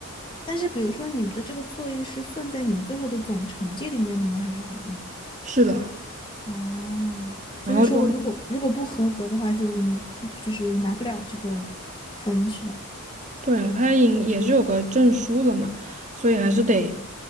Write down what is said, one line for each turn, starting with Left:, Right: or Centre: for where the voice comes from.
Left: 但是比如说你们的这个作业是算在你们最后的总成绩里面的吗？还是怎么样？
Right: 是的，
Left: 哦，就是说我如果如果不合格的话，
Right: 然后中
Left: 就是你就是拿不了这个分是吧？
Right: 对，他也也是有个证书了嘛，所以还是得，